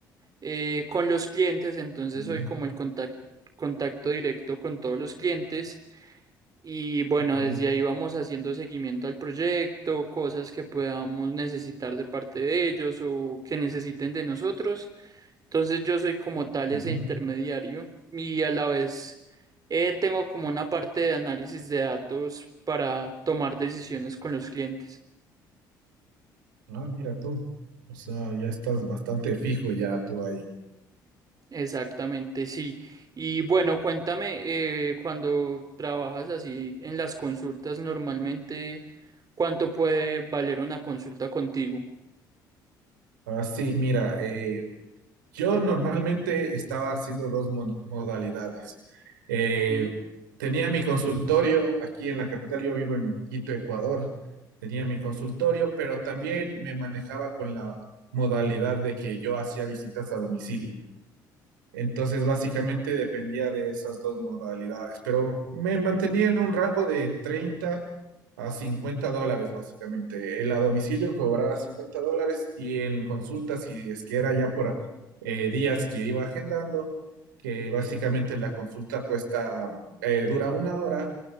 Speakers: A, on the right; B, on the right.
A: eh, con los clientes, entonces
B: Ya.
A: soy como el contac- contacto directo con todos los clientes. Y bueno,
B: Ok.
A: desde ahí vamos haciendo seguimiento al proyecto, cosas que podamos necesitar de parte de ellos o que necesiten de nosotros. Entonces yo soy como tal
B: ujú.
A: ese intermediario y a la vez eh, tengo como una parte de análisis de datos para tomar decisiones con los clientes.
B: Ah, mira tú. O sea, ya estás bastante fijo ya tú ahí.
A: Exactamente, sí. Y bueno, cuéntame, eh, cuando trabajas así en las consultas normalmente, ¿cuánto puede valer una consulta contigo?
B: Ah, sí, mira, eh, yo normalmente estaba haciendo dos mo- modalidades. Eh,
A: Sí.
B: tenía mi consultorio aquí en la capital, yo vivo en Quito, Ecuador. Tenía mi consultorio, pero también me manejaba con la modalidad de que yo hacía visitas a domicilio. Entonces, básicamente dependía de esas dos modalidades, pero me mantenía en un rango de treinta a cincuenta dólares, básicamente. El a domicilio cobraba 50 dólares y en consultas si es que era ya por eh, días que iba agendando, que básicamente la consulta cuesta, eh, dura una hora,